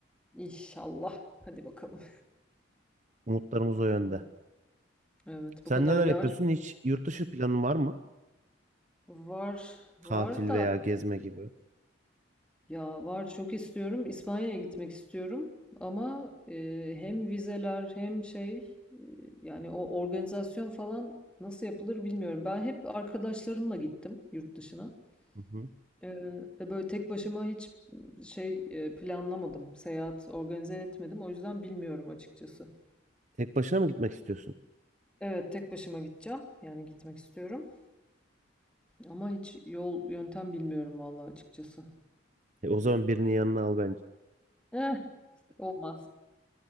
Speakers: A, in the centre; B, on the right.
A: İnşallah. Hadi bakalım.
B: Umutlarımız
A: <laughs> Bu
B: o yönde.
A: kadar. Evet
B: Sen
A: bu kadar
B: neler
A: yağış
B: yapıyorsun? Hiç yurt dışı planın var mı?
A: var var
B: Tatil
A: da
B: veya gezme gibi.
A: Ya var çok istiyorum. İspanya'ya gitmek istiyorum. Ama e, hem vizeler hem şey e, yani o organizasyon falan nasıl yapılır bilmiyorum. Ben hep arkadaşlarımla gittim yurt dışına.
B: Hı hı.
A: E, ve böyle tek başıma hiç şey e, planlamadım. Seyahat organize etmedim. O yüzden bilmiyorum açıkçası.
B: Tek başına mı gitmek istiyorsun?
A: Evet tek başıma gideceğim. Yani gitmek istiyorum. Ama hiç yol yöntem bilmiyorum vallahi açıkçası.
B: E, o zaman birini yanına al bence.
A: Eh, olmaz.